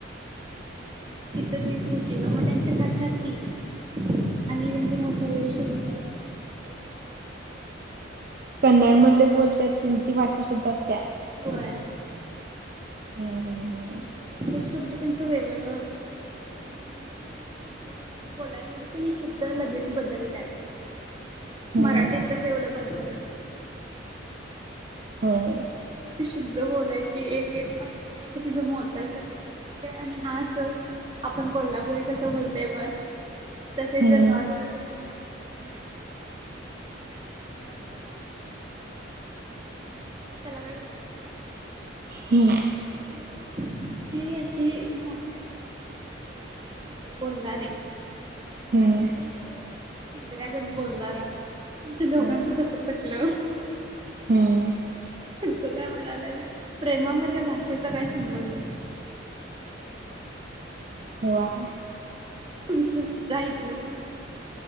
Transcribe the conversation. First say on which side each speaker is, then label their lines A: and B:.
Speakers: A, on the right; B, on the right.
A: आणि तिथं त होती ना मग त्यांची भाषातच ती आहे. आणि त्यांची भाषा लई शुद्ध असत्या. एक एक वर्ड असं मोत्यासारखा असतात
B: कन्नड मधले बोलत्यात त्यांची भाषा शुद्ध असत्या.
A: होय.
B: हम् हम् हम
A: म्हणजे एक एक शब्द त्यांचं वेगळंच म्हणजे <unintelligible> म्हणजे कस शुद्ध बोलाया गेलो की नि शब्द लगेच बदलत्यात
B: हम्म
A: मराठीत
B: हम्म
A: तस एवढं बदलत नाही आणि
B: हम्म होय
A: त ती अशी शुद्ध बोलायची एक एक अक्षर असं तिचं मोत्यासारखं होती आणि हा अस आपण कोल्हापुरी कसं बोलतय ब तसे
B: हम्म
A: जे नॉर्थ
B: हम्म
A: नॉर्थ तर कन्नड त आम्ही चार <unintelligible> त्याला काय विचारलं
B: हम्
A: तू ती अशी मोत्यांसारखी शब्द वाप वापरणारे शुद्ध बोलणारे
B: हम्म
A: आणि तू असलं हिंद्र्यागत बोलणारा तुमच्या दोघांचं
B: हा
A: कस पटलं
B: हम्म
A: तो काय म्हणाला प्रेमामध्ये भाषा भाषेचा काय संबंध
B: वाह
A: म्हटलं जा इथनं तू